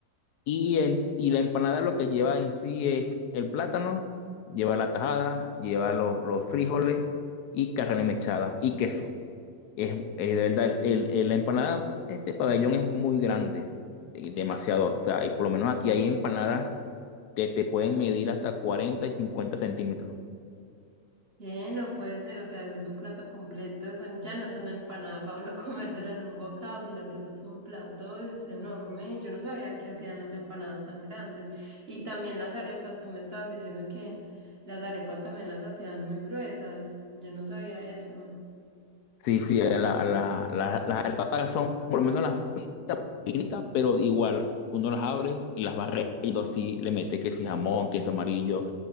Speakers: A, on the left; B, on the right.
A: Y, en- y la empanada lo que lleva en sí es el plátano, lleva la tajada, lleva los, los frijoles y carne mechada y queso. Es, es de verdad, el, el- la empanada, este pabellón es muy grande, y demasiado. O sea, y por lo menos aquí hay empanadas que te pueden medir hasta 40 y 50 centímetros.
B: ¿Qué? No puede ser, o sea, eso es un plato completo, eso ya no es una empanada para uno <laughs> comérsela en un bocado, sino que eso es un plato, es enorme. Yo no sabía que hacían las empanadas tan grandes. Y también las arepas, tú me estabas diciendo que las arepas también las hacían muy gruesas. Yo no sabía eso.
A: Sí, sí, la- la- la- la- las alpacas son por lo menos las fritas, finitas, pero igual uno las abre y las barre y lo sí le mete que si jamón, queso amarillo